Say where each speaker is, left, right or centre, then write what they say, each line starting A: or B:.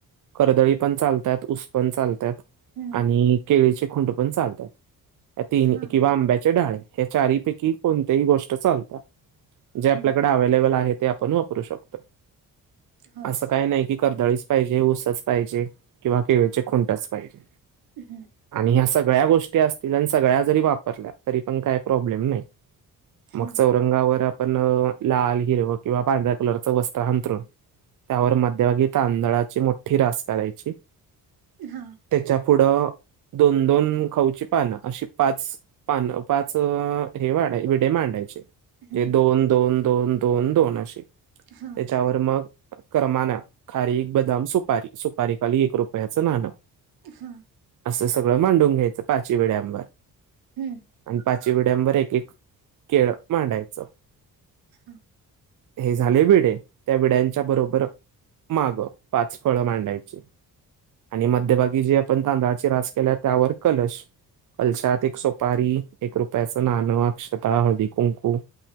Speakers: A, on the right (about 60°); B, on the right (about 85°).
A: कर्दळी पण चालतात, ऊस पण चालतात
B: हम्म
A: आणि केळीची खुंड पण चालतात तीन
B: हा
A: किंवा आंब्याचे डहाळे या चारीपैकी कोणतेही गोष्ट चालतात. जे आपल्याकडे
B: हम्म
A: अवेलेबल आहे ते आपण वापरू शकतो,
B: होय
A: असं काही नाही. की कर्दळीच पाहिजे ऊसच पाहिजे किंवा केळीचे खुंटच पाहिजे.
B: हुं.
A: आणि ह्या सगळ्या गोष्टी असतील आणि सगळ्या जरी वापरल्या तरी पण काही प्रॉब्लेम नाई.
B: हा
A: मग चौरंगावर आपण लाल, हिरवं किंवा पांढऱ्या कलरचं वस्त्र हंतरून त्यावर मध्यभागी तांदळाची मोठी रास करायची
B: हा.
A: त्याच्या पुढं दोन दोन खाऊची पानं अशी पाच पानं, पाच हे वाढा, विडे मांडायचे
B: हम्म
A: हे दोन दोन दोन दोन दोन अशी
B: हा.
A: त्याच्यावर मग क्रमानं खारीक, बदाम, सुपारी सुपारीखाली एक रुपयाचं नाणं
B: हा.
A: असं सगळं मांडून घ्यायचं पाचही वीड्यांवर
B: हम्म.
A: आणि पाचही विड्यांवर एक एक केळ मांडायचं
B: हा
A: हे झाले विडे, त्या विड्यांच्या बरोबर मागं पाच फळं मांडायची आणि मध्यभागी
B: हा
A: जे आपण तांदळाची रास केल्या, त्यावर कलश कलशात एक सुपारी एक रुपयाचं नाणं, अक्षता, हळदी कुंकू